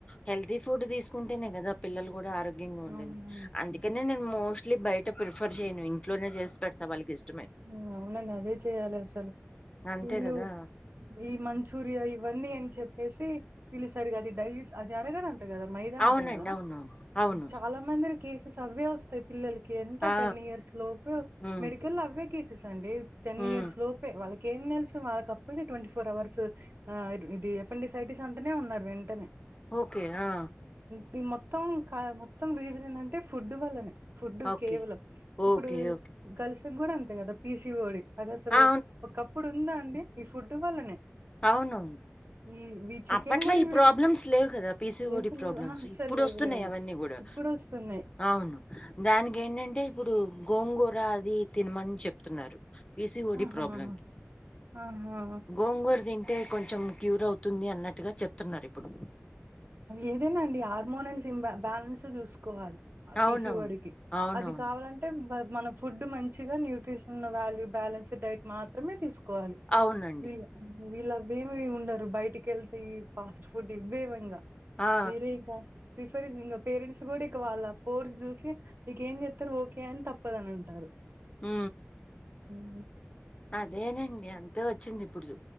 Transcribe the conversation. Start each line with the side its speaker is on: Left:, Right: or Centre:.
Left: హెల్తీ ఫుడ్ తీసుకుంటేనే గదా పిల్లలు గుడా ఆరోగ్యంగా ఉండేది
Right: అవునవును.
Left: అందుకనే నేను మో మోస్ట్లీ బయట ప్రిఫర్ చేయనివి ఇంట్లోనే చేసి పెడుత వాళ్ళకి ఇష్
Right: మ్ అవునండి అదే చెయాలి అసలు
Left: అంతే
Right: వీళ్ళు
Left: గదా!
Right: ఈ మంచూరియా ఇవన్నీ అని చెప్ వేసి పిల్లిసరిగా అది డైస్ అది అరగదు ట గదా మైదా
Left: అవునండి.
Right: అంట గదా
Left: అవునవును. అవును.
Right: చాలా మంది కేసెస్ అవ్వే వస్తాయి పిల్లలకి ఎంత
Left: ఆ!
Right: టెన్ ఇయర్స్ లోపు
Left: హ్మ్.
Right: మెడికల్లో అవ్వే కేసెస్ అండి టెన్
Left: హ్మ్.
Right: ఇయర్స్ లోపే వళ్ళకి కేం తెల్సు వాళ్ళకప్పుడే ట్వంటీ ఫోర్ అవర్స్ ఆ ఇటు ఇది ఎఫెండిసైటిస్ అంటనే ఉన్నరు వెంటనే
Left: ఓకే ఆ
Right: ఇది మొత్తం మొత్తం రీజన్ ఏంటంటే ఫుడ్ వల్లనే ఫుడ్
Left: ఓకే.
Right: కేవలం
Left: ఓకే.
Right: ఇప్పుడు
Left: ఓకే.
Right: గల్స్ కూడా అంతే కదా పీసిఓడి అది అసలు
Left: ఆ!
Right: ఒకప్పుడు ఉందా అండి ఈ ఫుడ్ వల్లనే
Left: అవును
Right: ఈ ఈ చికెన్
Left: అప్పట్లా
Right: గూడా
Left: ఈ
Right: ఇవి
Left: ప్రాబ్లమ్స్ లేవు కదా పీసిఓడి
Right: లేవు
Left: ప్రాబ్లమ్స్
Right: లేవు. ఆ! అస్సలు
Left: ఇప్పుడు
Right: లేవు
Left: వస్తున్నాయి
Right: లేవు.
Left: అవన్నీ కూడా
Right: ఇప్పుడొస్తున్నాయి.
Left: అవును దానికి ఏంటంటే ఇప్పుడు గోంగోలు అది తినమని చెప్తున్నారు పీసీఓడీ
Right: ఆహాహా
Left: ప్రాబ్లమ్‌కి.
Right: అవునా
Left: గోంగూర తింటే కొంచెం క్యూర్ అవుతుంది అన్నట్టుగా చెప్తున్నారు ఇప్పుడు
Right: ఏదేనాండి హార్మోనన్స్ ఇబ బ్యాలెన్స్ చూసుకోవాలి
Left: అవునవును.
Right: పీసీవాడికి
Left: అవునవును.
Right: అది కావాలంటే మన ఫుడ్ మంచిగా న్యూట్రిషన్ వ్యాల్యూ బ్యాలెన్స్డ్ డైట్ మాత్రమే తీసుకో కోవాలి
Left: అవునండి.
Right: ఇగ వీళ అవేమి ఉండరు బయటికి వెళ్తే ఈ ఫాస్ట్ ఫుడ్ ఇవ్వేవి ఇంకా
Left: ఆ!
Right: వేరే ఇంకా ప్రిఫర్ ఇంకా పేరెంట్స్ కూడా ఇక వాళ్ళ ఫోర్స్ చూసి ఇక ఏం చెప్తారు ఓకే అని తప్పదని అంటారు
Left: ఊ
Right: ఉ
Left: అదేనండి అంతే వచ్చింది ఇప్పుడు